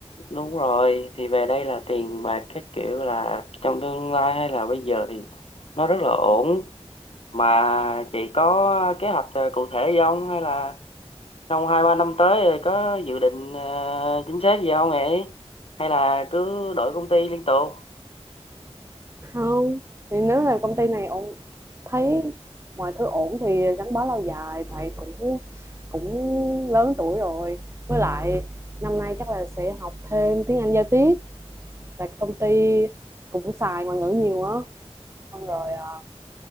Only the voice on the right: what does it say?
không thì nếu là công ty này ổn thấy mọi thứ ổn thì gắn bó lâu dài tại cũng cũng lớn tuổi rồi với lại năm nay chắc là sẽ học thêm tiếng Anh giao tiếp tại công ty cũng xài ngoại ngữ nhiều á xong rồi à,